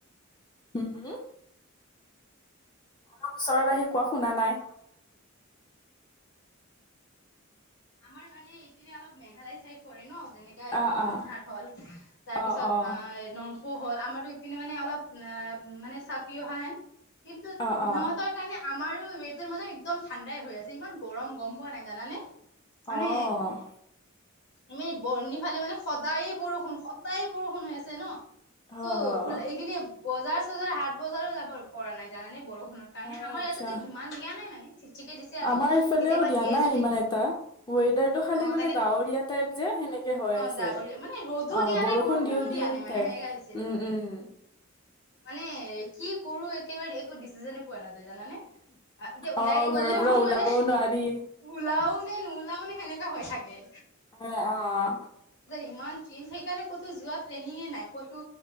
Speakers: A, on the left (about 20°); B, on the left (about 60°).
A: হম হম অলপ ওচৰত আহি কোৱা শুনা নাই।
B: আমাৰ মানে ইপিনে অলপ মেঘালয় চাইড পৰে ন যেনেকৈ এইটো
A: অ',
B: বৰ্নিহাট
A: অ',
B: হ'ল তাৰপিছত
A: অ', অ',
B: ন পহ হ'ল আমাৰতো ইপিনে মানে অলপ অম মানে চাপি অহা হেন কিন্তু
A: অ',
B: সিহঁতৰ কাৰণে আমাৰো ৱেডাৰটো মানে একদম ঠাণ্ডাই হৈ আছে ইমান গৰম গম পোৱা নাই জানানে।
A: অ',
B: মানে আমি বৰ্ণিফালে মানে সদায় বৰষুণ সদায় বৰষুণ হৈ আছে ন চ'
A: অ',
B: উল
A: অ'।
B: এইপিনে বজাৰ-চজাৰ হাত বজাৰো যাব পৰা নাই জানানে বৰষু কাৰণে
A: অ
B: আমাৰ
A: আচ্ছা
B: ইয়াতেতো ইমান দিয়া নাই মানে চিক চিককে দিছে আৰু
A: আমাৰ
B: কেতিয়াবা
A: এইফালেও দিয়া
B: দিয়ে
A: নাই
B: যদি
A: ইমান এটা ৱেডাৰটো খালি
B: অ
A: মানে
B: তাকেতো
A: ডাৱৰীয়া টাইপ যে সেনেকে হৈ
B: অ
A: আছে,
B: ডাৱৰীয়া মানে ৰ'দো
A: অ
B: দিয়া
A: বৰষুণ
B: নাই বৰষুণো
A: দিও
B: দিয়া
A: দিও
B: নাই মানে
A: টাইপ।
B: সেনেকা হৈছিলে
A: উম উম
B: মানে কি কৰো একেবাৰে একো ডিচিশনে পোৱা নাযায় জানানে এতিয়া ওলাই
A: অ ঘৰৰ
B: গলেও
A: পৰা ওলাবও
B: মানে,
A: নোৱাৰি
B: ওলাও নে নো তাৰমানে সেনেকা হয় চাগে
A: অঁ অঁ অঁ
B: ইমান চেঞ্জ সেইকাৰণে ক'তো যোৱা প্লেনিঙে নাই ক'তো